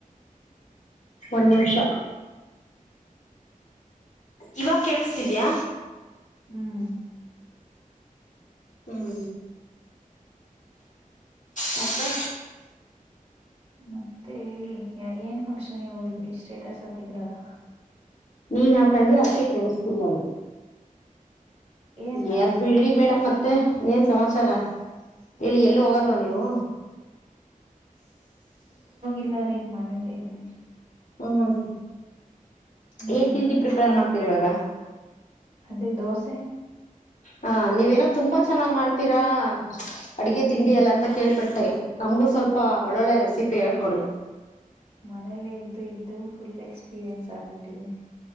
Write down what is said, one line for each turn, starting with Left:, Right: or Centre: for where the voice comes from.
Left: ಒನ್ ನಿಮಿಷ ಇವಾಗ ಕೇಳಸತಿದ್ಯಾ
Right: ಹ್ಮ್
Left: ಹ್ಮ್ ಮತ್ತೆ
Right: ಮತ್ತೆ ಹೇಳಿ ಯ ಏನ್ ಫಂಕ್ಷನಗೆ ಹೋಗಿದ್ರಿ ಸ್ಟೇಟಸ್ ಹಾಕಿದ್ರಲ್ಲ
Left: ನೀನ್ ಹಾಕಂಡೆ ಅದಕ್ಕೆ ಕೇಳಿಸತಿಲ್ಲ ಅದು
Right: ಏನ್
Left: ಯದ್ ಬಿಡಿ ಮೇಡಮ್ ಮತ್ತೆ ಏನ್ ಸಮಾಚಾರ ಇಲ್ಲಿ ಎಲ್ಲಿ ಹೋಗಲ್ವಾ
Right: ಹ್ಮ್
Left: ನೀವು
Right: ಇಲ್ಲ ರೀ ಮನೆಯಲ್ಲೇ ಇದೀನಿ.
Left: ಹ್ಮ್ ಹ್ಮ್ ಹ್ಮ್
Right: ಹ್ಮ್
Left: ಏನ್ ತಿಂಡಿ ಪ್ರಿಪೇರ್ ಮಾಡ್ತೀರಿ ಇವಾಗ
Right: ಅದೇ ದೋಸೆ
Left: ಹ ನೀವೇನೋ ತುಂಬಾ ಚೆನ್ನಾಗ್ ಮಾಡ್ತೀರಾ ಅಡಗೆ
Right: ಹ್ಮ್
Left: ತಿಂಡಿ ಎಲ್ಲ ಅಂತ ಕೇಳ್ಪಟ್ಟೆ ನಮ್ಗೂ ಸ್ವಲ್ಪ ಒಳ್ಳೊಳ್ಳೆ ರೆಸಿಪಿ ಹೇಳ್ಕೊಡಿ
Right: ಮನೇಲ್ಲೇ ಇದ್ದು ಇದ್ದು ಫುಲ್ ಎಕ್ಸ್ಪೀರಿಯನ್ಸ್ ಆಗ್ಬಿಟ್ಟಿದೆ